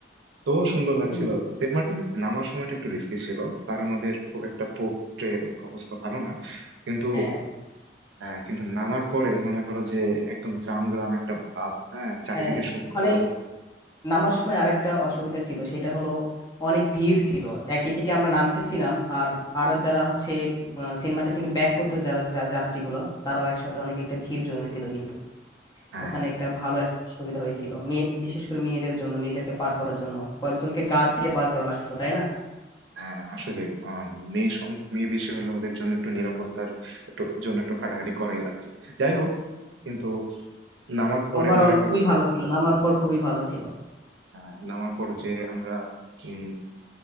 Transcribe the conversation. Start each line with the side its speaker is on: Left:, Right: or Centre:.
Right: তো সুন্দর লাগছিল
Left: হুম,
Right: সেন্ট মার্টিন নামার সময়টা একটু রিস্কি ছিল কারণ ওদের খুব একটা পোর্টে অবস্থা ভালো না কিন্তু
Left: হ্যাঁ
Right: আহ, কিন্তু নামার পরে মনে করো যে একদম গ্রাম গ্রাম একটা ভাব হ্যাঁ চারিদিকে
Left: হ্যাঁ
Right: সমুদ্র
Left: ওখানে নামার সময় আরেকটা অসুবিধা ছিল সেটা হলো অনেক ভিড় ছিল একই দিকে আমরা নামতেছিলাম আর আর যারা হচ্ছে আহ, সেন্ট মার্টিন থেকে ব্যাক করতে যারা যা- যাত্রীগুলো তারাও একসাথে অনেক একটা ভিড় জমেছিল কিন্তু
Right: হ্যাঁ
Left: ওখানে একটা ভালো একটা অসুবিধা হয়েছিল মেয়ে বিশেষ করে মেয়েদের জন্য মেয়েদেরকে পার করার জন্য কয়েকজনকে গাদ দিয়ে পার করা লাগছিল তাই না
Right: হ্যাঁ আসলে আহ, মেয়ে সং- মেয়ে বেশি হলে ওদের জন্য একটু নিরাপত্তার একটু জন্য একটু খাটাখাটি করাই লাগছে যাই হোক কিন্তু নামার পরে
Left: ওভারঅল
Right: মনে কর
Left: খুবই ভালো ছিল নামার পর খুবই ভালো ছিল
Right: হ্যাঁ, নামার পর যে আমরা উম